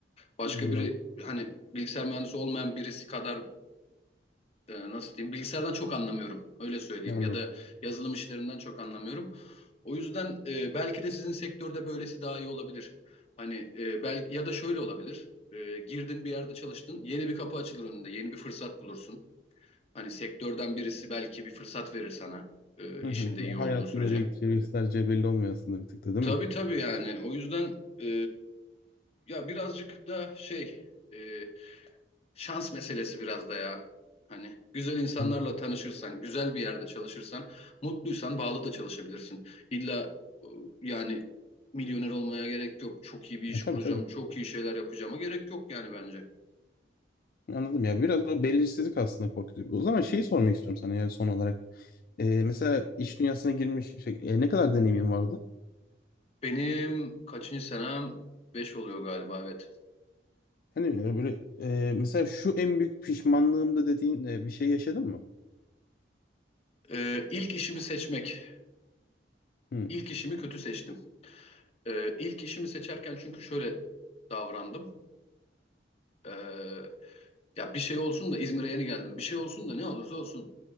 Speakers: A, on the left; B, on the left.
A: başka
B: Anladım.
A: biri hani bilgisayar mühendisi olmayan birisi kadar e, nasıl diyeyim bilgisayardan çok anlamıyorum öyle söyleyeyim
B: Anladım.
A: ya da yazılım işlerinden çok anlamıyorum. O yüzden e, belki de sizin sektörde böylesi daha iyi olabilir. Hani e, belki ya da şöyle olabilir. E, girdin bir yerde çalıştın, yeni bir kapı açılır önünde, yeni bir fırsat bulursun. Hani sektörden birisi belki bir fırsat verir sana e,
B: Hı
A: işinde
B: hı.
A: iyi
B: Ya
A: olduğun
B: hayatın
A: sürece.
B: nereye gideceği göstereceği belli olmuyor aslında bir tık da değil
A: Tabii
B: mi?
A: tabii yani o yüzden e, ya birazcık da şey e, şans meselesi biraz da ya. Hani güzel insanlarla
B: Hı.
A: tanışırsan, güzel bir yerde çalışırsan, mutluysan bağlı da çalışabilirsin. İlla e, yani milyoner olmaya gerek yok. Çok iyi bir iş
B: E tabii
A: kuracağım,
B: tabii.
A: çok iyi şeyler yapacağıma gerek yok yani bence.
B: Anladım ya biraz o belirsizlik aslında korkutuyor. O zaman şeyi sormak istiyorum sana ya son olarak. Ee, mesela iş dünyasına girmiş şey, e, ne kadar deneyimin vardı?
A: Benim kaçıncı senem? Beş oluyor galiba evet.
B: Hani e, böyle e, mesela şu en büyük pişmanlığımda dediğin e, bir şey yaşadın mı?
A: Ee, ilk işimi seçmek.
B: Hı,
A: İlk işimi kötü seçtim. Ee, ilk işimi seçerken çünkü şöyle davrandım. Ee, ya bir şey olsun da İzmir'e yeni geldim. Bir şey olsun da ne olursa olsun.